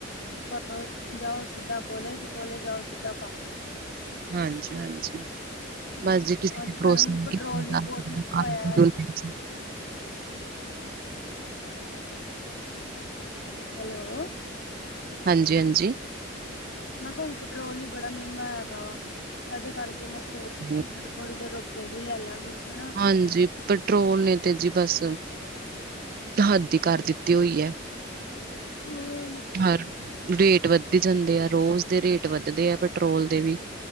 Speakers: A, on the left; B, on the right.
A: ਘਰ ਜਾਓ, ਸਿੱਧਾ ਕੋਲੇਜ, ਕੋਲੇਜ ਜਾਓ, ਸਿੱਧਾ ਘਾ
B: ਹਾਂਜੀ, ਹਾਂਜੀ।
A: ਹਾਂਜੀ
B: ਬੱਸ ਜੀ ਕਿਸੀ
A: ਅੱਜ
B: ਨੇ ਭਰੋਸਾ
A: ਕੱਲ ਹੁਣ ਪੈਟਰੋਲ
B: ਕੀਤਾ
A: ਵੀ ਬਹੁਤ ਮਹਿੰਗਾ ਹੋਇਆ
B: <unintelligible>
A: ਹੈ ਜੀ ਹੈਲੋ!
B: ਹਾਂਜੀ, ਹਾਂਜੀ!
A: ਮੈਂ ਕਾ, ਹੁਣ ਪੈਟਰੋਲ ਹੀ ਬੜਾ ਮੈਂਗਾ ਹੈਗਾ ਵਾ, ਏਦੇ ਕਰਕੇ ਮੈਂ ਸੋਚ ਰੀ
B: ਹਾਂਜੀ
A: ਸੀ ਥੋੜੀ ਦੇਰ ਰੁਕੇ ਹੀ ਲੈ ਲਾਂਗੀ ਹੈਨਾ।
B: ਹਾਂਜੀ, ਪੈਟਰੋਲ ਨੇ ਤੇ ਜੀ ਬਸ ਹੱਦ ਈ ਕਰ ਦਿੱਤੀ ਹੋਈ ਐ,
A: ਹੋਰ
B: ਹਰ ਰੇਟ ਵੱਧੀ ਜਾਂਦੇ ਆ, ਰੋਜ਼ ਦੇ ਰੇਟ ਵੱਧਦੇ ਆ, ਪੈਟਰੋਲ ਦੇ ਵੀ।